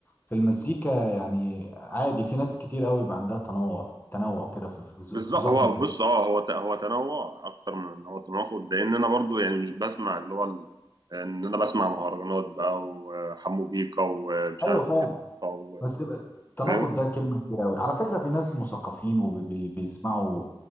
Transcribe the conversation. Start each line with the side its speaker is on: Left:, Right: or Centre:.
Left: في المزيكا يعني عادي في ناس كتير قوي بيبقى عندها تنوع تنوع كده في في ذو-
Right: بالظبط
Left: في ذوقهم
Right: هو بص اه هو ت- هو تنوع اكتر من ان هو تناقض لان انا برضو يعني مش بسمع اللي هو ال- ان انا بسمع مهرجانات بقى وحمو بيكا ومش
Left: ايوه
Right: عارف
Left: فعلا
Right: ايه و-
Left: بس يبقى التناقض
Right: فاهم
Left: ده كلمه كبيره قوي على فكره في ناس مثقفين وبيسمعوا